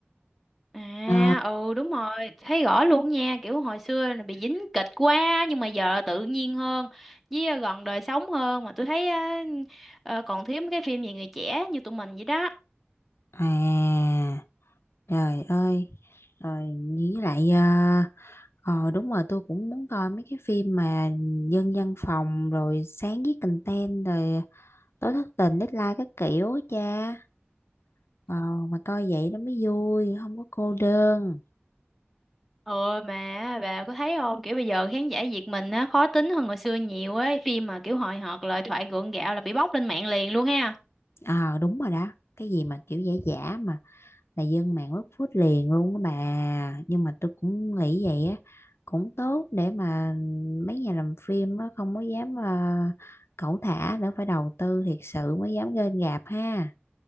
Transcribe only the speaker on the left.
Ờ,
à trời ơi rồi với lại ờ, Ờ đúng rồi tôi cũng muốn coi mấy cái phim mà dân văn phòng rồi sáng viết content rồi tối thất tình deadline các kiểu á cha ờ mà coi vậy nó mới vui không có cô đơn
ờ đúng rồi đó cái gì mà kiểu giả giả mà là dân mạng quất phút liền luôn á bà nhưng mà tôi cũng nghĩ vậy á cũng tốt để mà mấy nhà làm phim á không có dám uh, cẩu thả nữa phải đầu tư thiệt sự mới dám lên gạp ha